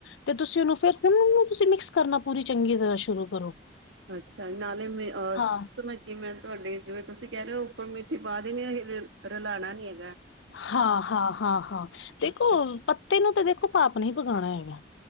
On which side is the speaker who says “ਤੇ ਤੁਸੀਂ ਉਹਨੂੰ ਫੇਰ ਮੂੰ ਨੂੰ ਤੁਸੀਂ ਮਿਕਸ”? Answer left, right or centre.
Left